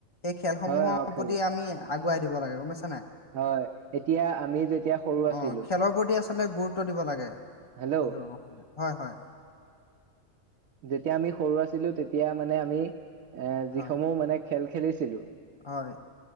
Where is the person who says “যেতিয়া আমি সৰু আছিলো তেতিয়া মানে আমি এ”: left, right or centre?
Right